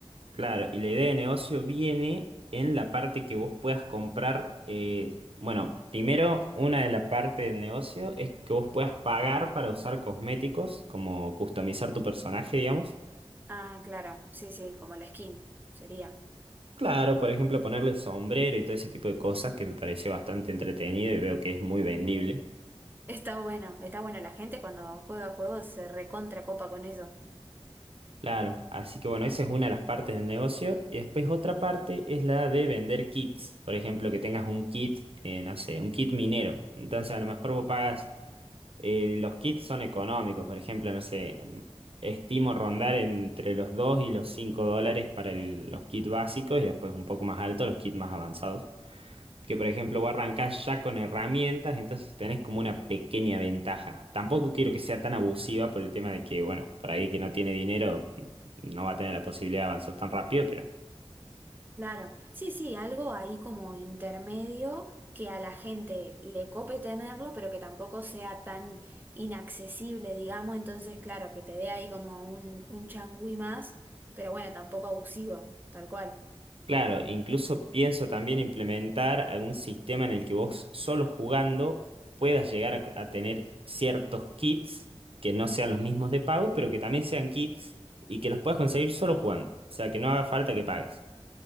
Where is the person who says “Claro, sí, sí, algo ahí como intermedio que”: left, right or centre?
Right